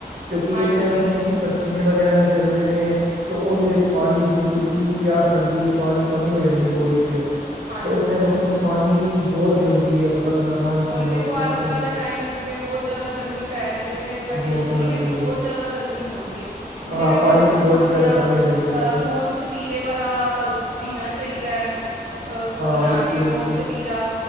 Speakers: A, on the right; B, on the right.
A: ਕਿਉਂਕਿ
B: ਹਾਂਜੀ
A: ਉਸ ਟਾਈਮ ਆਪਣੀ ਕੀ ਪਸ ਸੀਨੇ ਵਗੈਰਾ ਨਿਕਲਦੇ ਨੇ ਤਾਂ ਉਹਦੇਂ ਵਿੱਚ ਪਾਣੀ ਦੀ ਬਿਲਕੁਲ ਪਿਆਸ ਲਗਦੀ ਹੈ। ਪਾਣੀ ਕਮੀ ਹੋ ਜਾਂਦੀ ਬੋਡੀ 'ਚ,
B: ਹਾਂਜੀ
A: ਅਤੇ ਉਸ ਟਾਈਮ
B: ਹਾਂਜੀ
A: ਆਪਾਂ ਨੂੰ ਪਾਣੀ ਬਹੁਤ ਜ਼ਰੂਰੀ ਹੈ। ਰੱਖਣਾ ਪਾਣੀ
B: ਹੁਣ
A: ਪੀਣਾ
B: ਦੇਖੋ
A: ਉਸ ਟਾਈਮ
B: ਅੱਜ
A: ਆਪਾਂ
B: ਕੱਲ੍ਹ
A: ਨੂੰ
B: ਦੇ ਟਾਈਮ ਵਿੱਚ ਜਿਵੇਂ ਬਹੁਤ ਜ਼ਿਆਦਾ ਗਰਮੀ ਪੈ ਰਹੀ ਹੈ। ਤੇ ਸਾਡੇ
A: ਬਹੁਤ
B: ਸਰੀਰ
A: ਹਾਂਜੀ
B: ਵਿੱਚ ਬਹੁਤ ਜ਼ਿਆਦਾ ਗਰਮੀ ਹੋ ਰਹੀ ਹੈ, ਜਿਹਦੇ
A: ਹਾਂ
B: ਕਰਕੇ
A: ਪਾਣੀ
B: ਦੇਖੋ
A: ਦੀ ਬਹੁਤ
B: ਸਾਨੂੰ
A: ਜ਼ਿਆਦਾ
B: ਜਾਂ
A: ਕਮੀ ਹੋ ਜਾਂਦੀ ਆ
B: ਗੋਂਦ ਕਤੀਰੇ ਵਾਲਾ ਪੀਣਾ ਚਾਹੀਦਾ। ਅ
A: ਹਾਂ
B: ਬਣਾ
A: ਬਿਲਕੁਲ
B: ਕੇ
A: ਬਿਲਕੁਲ
B: ਗੋਂਦ ਕਤੀਰਾ।